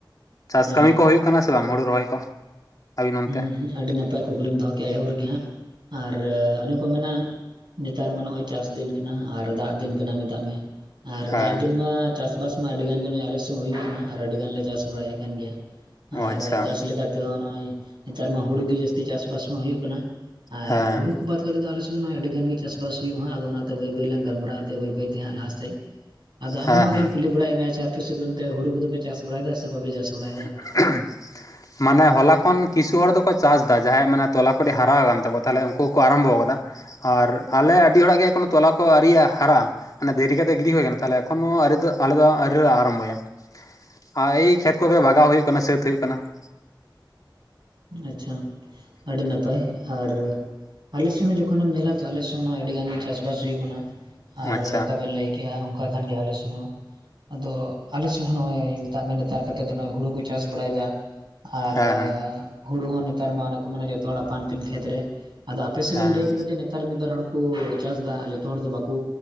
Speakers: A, on the left (about 50°); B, on the right (about 70°).
A: ᱪᱟᱥ
B: ᱦᱮᱸ
A: ᱠᱟᱹᱢᱤ ᱠᱚ ᱦᱩᱭᱩᱜ ᱠᱟᱱᱟ ᱥᱮ ᱵᱟᱝ ᱦᱩᱲᱩ ᱨᱚᱦᱚᱭ ᱠᱚ? ᱟᱹᱵᱤᱱ ᱚᱱᱛᱮ
B: ᱦᱩᱸ ᱦᱩᱸ ᱟᱹᱰᱤ ᱱᱟᱯᱟᱭ ᱠᱩᱠᱞᱤᱢ ᱫᱚᱦᱚ ᱠᱮᱜᱼᱟ ᱮᱦᱚᱵ ᱨᱮᱜ ᱜᱮ ᱦᱟᱸᱜ, ᱟᱨ ᱚᱱᱮ ᱠᱚ ᱢᱮᱱᱟ ᱱᱮᱛᱟᱨ ᱢᱟ ᱱᱚᱜᱚᱭ ᱪᱟᱥ ᱫᱤᱱ ᱠᱟᱱᱟ, ᱟᱨ ᱫᱟᱜ ᱫᱤᱱ ᱠᱟᱱᱟ ᱢᱮᱛᱟᱜ ᱢᱮ, ᱟᱨ
A: ᱦᱮᱸ
B: ᱫᱟᱜ ᱫᱤᱱ ᱢᱟ ᱪᱟᱥ ᱵᱟᱥ ᱢᱟ ᱟᱹᱰᱤ ᱜᱟᱱ ᱜᱮ ᱱᱚᱜ-ᱚᱭ ᱟᱞᱮ ᱥᱮᱫ ᱦᱚᱸ ᱦᱩᱭᱩᱜ ᱠᱟᱱᱟ ᱟᱨ ᱟᱹᱰᱤ ᱜᱟᱱ ᱞᱮ ᱪᱟᱥ ᱵᱟᱲᱟᱭᱮᱫ ᱠᱟᱱ ᱜᱮᱭᱟ,
A: ᱚ
B: ᱟᱨ
A: ᱟᱪᱪᱷᱟ
B: ᱪᱟᱥ ᱞᱮᱠᱟ ᱛᱚ ᱱᱚᱜᱼᱚᱭ ᱦᱮᱸᱛᱟᱨ ᱢᱟ ᱦᱩᱲᱩ ᱜᱮ ᱡᱟᱹᱥᱛᱤ ᱪᱟᱥᱵᱟᱥ ᱢᱟ ᱦᱩᱭᱩᱜ ᱠᱟᱱᱟ ᱟᱨ
A: ᱦᱮᱸ
B: ᱦᱩᱲᱩ ᱠᱚ ᱵᱟᱫ ᱠᱟᱛᱮ ᱫᱚ ᱟᱞᱮ ᱥᱮᱫ ᱫᱚ ᱱᱚᱜ-ᱚᱭ ᱟᱹᱰᱤᱜᱟᱱ ᱜᱮ ᱪᱟᱥᱵᱟᱥ ᱦᱩᱭᱩᱜᱼᱟ ᱦᱟᱸᱜ ᱟᱫᱚ ᱚᱱᱟᱛᱮ ᱵᱟᱹᱭ ᱵᱟᱹᱭ ᱞᱟᱝ ᱜᱟᱞᱢᱟᱨᱟᱜ ᱮᱱᱛᱮ ᱵᱟᱹᱭ ᱵᱟᱹᱭ ᱦᱟᱸᱜ ᱞᱟᱦᱟ ᱥᱮᱫ᱾ ᱟᱫᱚ ᱟᱢ
A: ᱦᱮᱸ
B: ᱦᱚᱸ ᱱᱚᱰᱮᱧ
A: ᱦᱮᱸ
B: ᱠᱩᱞᱤ ᱵᱟᱲᱟᱭᱮᱫ ᱢᱮᱭᱟ ᱡᱮ ᱟᱯᱮ ᱥᱮᱫ ᱱᱚᱛᱮ ᱦᱩᱲᱩ ᱠᱚᱫᱚ ᱯᱮ ᱪᱟᱥ ᱵᱟᱲᱟᱭᱮᱫᱟ ᱥᱮ ᱵᱟᱯᱮ ᱪᱟᱥᱟ?
A: <unintelligible>
B: <inaudible>
A: ᱢᱟᱱᱮ ᱦᱚᱞᱟ ᱠᱷᱚᱱ ᱠᱤᱪᱷᱩ ᱦᱚᱲ ᱫᱚᱠᱚ ᱪᱟᱥ ᱫᱟ ᱡᱟᱦᱟᱸᱭᱟᱜ ᱢᱟᱱᱮ ᱛᱚᱞᱟ ᱠᱚᱴᱤᱡ ᱦᱟᱨᱟᱣ ᱠᱟᱱ ᱛᱟᱠᱚᱣᱟ ᱛᱟᱦᱞᱮ ᱩᱱᱠᱩ ᱠᱚ ᱟᱨᱟᱢᱵᱚ ᱠᱟᱫᱟ᱾ ᱟᱨ ᱟᱞᱮ ᱟᱹᱰᱤ ᱦᱚᱲᱟᱜ ᱜᱮ ᱮᱠᱷᱚᱱᱳ ᱛᱚᱞᱟ ᱠᱚ ᱟᱹᱣᱨᱤᱭᱟ-ᱟ ᱦᱟᱨᱟᱜ-ᱟ, ᱢᱟᱱᱮ ᱫᱮᱨᱤ ᱠᱟᱛᱮᱜ ᱜᱤᱰᱤ ᱦᱩᱭ ᱟᱠᱟᱱᱟ ᱛᱟᱦᱞᱮ ᱮᱠᱷᱚᱱᱳ ᱟᱣᱨᱤ ᱫᱚ ᱟᱞᱮ ᱫᱚ ᱟᱹᱣᱨᱤ ᱨᱮ ᱟᱨᱟᱢᱵᱚᱭᱟ ᱟᱨ ᱮᱭ ᱠᱷᱮᱛ ᱠᱚᱜᱮ ᱵᱟᱜᱟᱣ ᱦᱩᱭᱩᱜ ᱠᱟᱱᱟ ᱥᱟᱹᱛ ᱦᱩᱭᱩᱜ ᱠᱟᱱᱟ ᱾
B: ᱟᱪᱪᱷᱟ ᱟᱹᱰᱤ ᱱᱟᱯᱟᱭ ᱾ ᱟᱨ ᱟᱞᱮ ᱥᱮᱫ ᱦᱚᱸ ᱡᱚᱠᱷᱚᱱᱮᱢ ᱧᱮᱞᱟ ᱛᱚ ᱟᱞᱮ ᱥᱮᱫ ᱦᱚᱸ ᱟᱹᱰᱤᱜᱟᱱ ᱜᱮ ᱪᱟᱥᱵᱟᱥ ᱦᱩᱭᱩᱜ ᱠᱟᱱᱟ ᱾ ᱟᱨ
A: ᱟᱪᱪᱷᱟ
B: ᱚᱠᱟ ᱵᱮᱱ ᱞᱟᱹᱭ ᱠᱮᱜᱼᱟ, ᱚᱱᱠᱟ ᱠᱷᱟᱱ ᱜᱮ ᱟᱞᱮ ᱥᱮᱫ ᱦᱚᱸ ᱟᱫᱚ ᱟᱞᱮ ᱥᱮᱫ ᱦᱚᱸ ᱱᱚᱜᱼᱚᱭ ᱢᱮᱛᱟᱜ ᱢᱮ ᱱᱮᱛᱟᱨ ᱠᱟᱛᱮᱫ ᱫᱚ ᱱᱚᱜᱚᱭ ᱦᱩᱲᱩ ᱠᱚ ᱪᱟᱥ ᱵᱟᱲᱟᱭᱮᱫᱟ ᱾ ᱟᱨᱻ
A: ᱦᱮᱸ ᱦᱮᱸ
B: ᱦᱩᱲᱩ ᱦᱚᱸ ᱱᱮᱛᱟᱨ ᱢᱟ ᱚᱱᱟ ᱠᱚ ᱢᱟᱱᱮ ᱡᱷᱚᱛᱚ ᱦᱚᱲ ᱟᱯᱟᱱ ᱟᱹᱯᱤᱱ ᱠᱷᱮᱛ ᱨᱮ ᱾ ᱟᱫᱚ ᱟᱯᱮ ᱥᱮᱫ
A: ᱦᱮᱸ
B: ᱮᱢ ᱞᱟᱹᱭ ᱠᱮᱫᱟ ᱡᱮ ᱱᱮᱛᱟᱨ ᱢᱤᱫ ᱵᱟᱨ ᱦᱚᱲ ᱠᱚ ᱪᱟᱥ ᱮᱫᱟ, ᱡᱷᱚᱛᱚ ᱦᱚᱲ ᱫᱚ ᱵᱟᱠᱚ